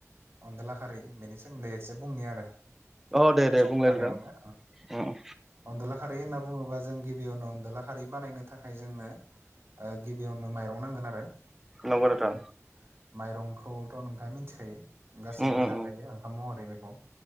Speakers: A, on the right; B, in the centre.
A: अनदला खारि बेनि सोमोन्दै एसे बुंनि आरो
B: अ दे दे
A: सम
B: बुंलाय
A: थानायावनो
B: नोंथां उम
A: अनदलाहारि होनना बुङोबा जों गिबियावनो अनदला हारि बानायनो थाखाय जोंनो गिबियावनो माइरं नांगोन आरो
B: नंगौ नोंथां
A: ओ माइरंखौथ' नोंथाङा मिथिखायो गासैबो
B: उम उम
A: जाखायो ओंखाम महरै बेखौ